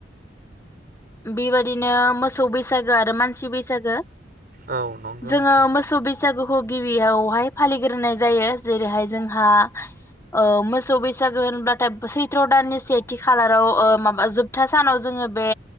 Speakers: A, on the left (about 15°); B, on the right (about 55°).
A: बेबायदिनो मोसौ बैसागो आरो मानसि बैसागो
B: औ नंगौ
A: जोङो
B: नोंथां
A: मोसौ बैसागुखौ गिबियावहाय फालिग्रोनाय जायो जेरैहाय जोंहा ओ मोसौ बैसागो होनब्लाथाय सैथ्र दाननि सेथि खालाराव ओ माबा जोबथा सानाव जोङो बे